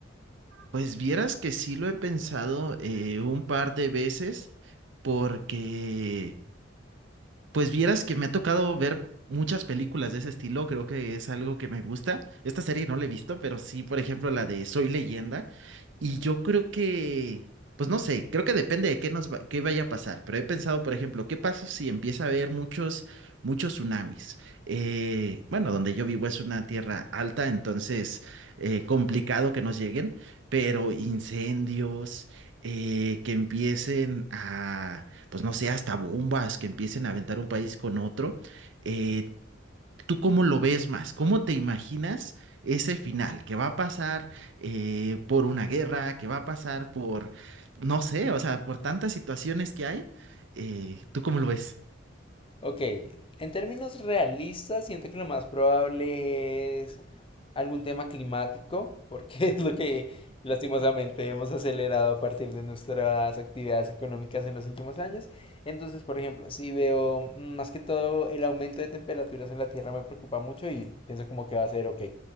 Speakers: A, on the right (about 65°); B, on the left (about 30°).
A: Pues vieras que sí lo he pensado eh, un par de veces porque... Pues vieras que me ha tocado ver muchas películas de ese estilo, creo que es algo que me gusta. Esta serie no la he visto, pero sí, por ejemplo, la de Soy Leyenda. Y yo creo que, pues no sé, creo que depende de qué nos va- qué vaya a pasar. Pero he pensado, por ejemplo, ¿qué pasa si empieza a haber muchos, muchos tsunamis? Eh, bueno, donde yo vivo es una tierra alta, entonces eh, complicado que nos lleguen, pero incendios, eh, que empiecen a pues no sé, hasta bombas que empiecen a aventar un país con otro. eh, ¿tú cómo lo ves más? ¿Cómo te imaginas ese final? ¿Que va a pasar eh, por una guerra? ¿Que va a pasar por, no sé, o sea, por tantas situaciones que hay? Eh, ¿tú cómo lo ves?
B: Ok, en términos realistas, siento que lo más probable es algún tema climático, porque <laughs> es lo que lastimosamente hemos acelerado a partir de nuestras actividades económicas en los últimos años. Entonces, por ejemplo, si veo mm, más que todo el aumento de temperaturas en la Tierra me preocupa mucho y pienso como que va a ser, ok,